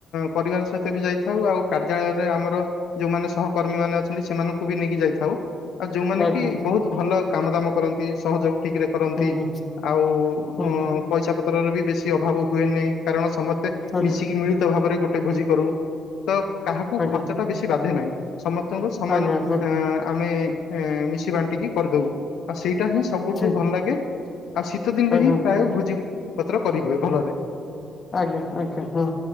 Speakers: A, on the left (about 80°); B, on the left (about 35°).
A: ପରିବାର ସହିତ ବି ଯାଇଥାଉ। ଆଉ କାର୍ଯ୍ୟାଳୟରେ ଆମର ଯୋଉମାନେ ସହକର୍ମୀ ମାନେ ଅଛନ୍ତି ସେମାନ ଙ୍କୁ ବି ନେଇକି ଯାଇଥାଉ। ଆଉ ଯୋଉମାନେ
B: ଆଜ୍ଞା।
A: କି ବହୁତ ଭଲ କାମ ଦାମ କରନ୍ତି ସହଯୋଗ ଠିକ୍ ରେ କରନ୍ତି
B: ହୁଁ ହୁଁ
A: ଆଉ
B: ହୁଁ
A: ଉ ପଇସା ପତ୍ରରେ ବି ବେଶୀ ଅଭାବ ହୁଏନି କାରଣ ସମସ୍ତେ
B: ଆଜ୍ଞା
A: ମିଶିକି ମିଳିତ ଭାବରେ ଗୋଟେ ଭୋଜି କରୁ। ତ କାହାକୁ
B: ଆଜ୍ଞା
A: ଖର୍ଚ୍ଚ ଟା ବେଶୀ ବାଧେ ନାହିଁ। ସମସ୍ତଙ୍କୁ ସମାନ
B: ଆଜ୍ଞା ହଁ
A: ଅ ଆମେ ଏ ମିଶି ବାଣ୍ଟିକି କରିଦଉ। ଆଉ ସେଇଟା ହିଁ ସବୁଠୁ
B: ଠି
A: ଭଲ ଲାଗେ। ଆଉ ଶୀତ ଦିନରେ
B: ଆଜ୍ଞା
A: ହିଁ ପ୍ରାୟ ଭୋଜି ପତ୍ର କରିହୁଏ ଭଲରେ।
B: ଆଜ୍ଞା ଆଜ୍ଞା ହଁ,